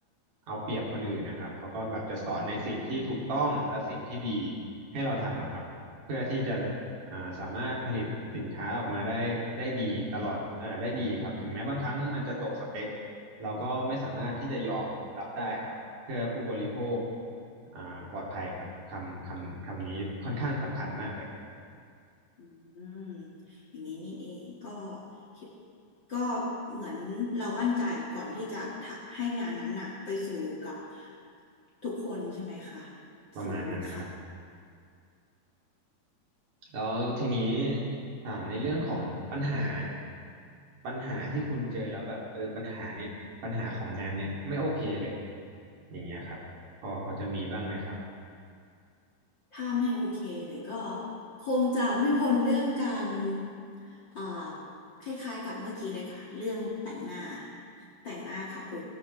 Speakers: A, on the right; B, on the left.
A: เอาเปรียบคนอื่นนะครับเขาก็แบบจะสอนในสิ่งที่ถูกต้องและสิ่งที่ดีให้เราทำอะครับเพื่อที่จะอ่าสามารถผลิตสินค้าออกมาได้ได้ดีตลอดเอ่อได้ดีครับถึงแม้บางครั้งมันจะตกสเปค เราก็ไม่สามารถที่จะยอมรับได้ครับเพื่อผู้บริโภคอ่าปลอดภัยครับคำคำคำนี้ค่อนข้างสำคัญมากเลยครับ
B: อืมอย่างนี้นี่เองก็คิดก็เหมือนเรามั่นใจก่อนที่จะทะให้งานนั้นน่ะไปสู่กับทุกคนใช่ไหมคะ
A: ประมาณนั้นครับ
B: สู่ลูกค้า
A: แล้วทีนี้ถามในเรื่องของปัญหาปัญหาที่คุณเจอแล้วแบบเออปัญหาเนี่ยปัญหาของงานเนี่ยไม่โอเคเลยอย่างเงี้ยครับพอพอจะมีบ้างไหมครับ
B: ถ้าไม่โอเคเลยก็คงจะไม่พ้นเรื่องการอ่าคล้ายๆกับเมื่อกี้เลยค่ะเรื่องแต่งหน้าแต่งหน้าคาปู